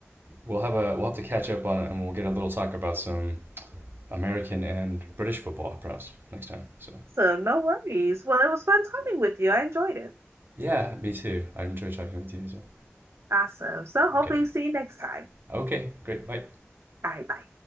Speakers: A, on the right; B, on the right.
A: we'll have a we'll have to catch up on it, and we'll get a little talk about some American and British football perhaps next time. So
B: So no worries. Well, it was fun talking with you. I enjoyed it.
A: yeah, me too. I enjoy talking with you as well.
B: Awesome. So hopefully
A: Okay.
B: see you next time.
A: Okay, great. Bye.
B: All right, bye.